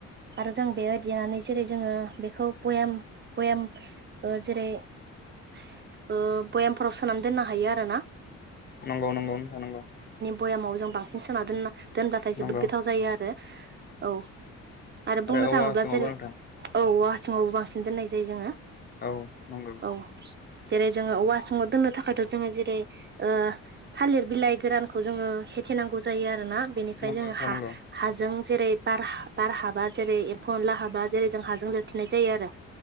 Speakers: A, on the right; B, on the left.
A: आरो जों बेयाव देनानै जेरै जोङो बेखौ बयाम बयाम ओ जेरै ओ बयामफोराव सोनानै दोननो हायो आरोन
B: नंगौ-नंगौ नोंथां नंगौ।
A: बयामाव जों बांसिन सोना दोनना दोनब्लाथाय जोबोद
B: नंगौ
A: गोथाव जायो आरो औ आरो बुंनो
B: औवा
A: थाङोब्ला
B: हासुङावबो
A: जेरै
B: नोंथां
A: औ औवा हासुङावबो बांसिन दोननाय जायो जोङो
B: औ नंगौ
A: औ जेरै जोङो औवा हासुङाव दोननो थाखायथ' जोङो जेरै ओ थालिर बिलाइ गोरानखौ जोङो खेथे नांगौ जायो आरोना बेनिफ्राय
B: नंगौ
A: जोङो
B: नोंथां
A: हा
B: नंगौ
A: हाजों जेरै बार हा बार हाबा जेरै एम्फौ एनला हाबा जेरै जों हाजों लिरथेनाय जायो आरो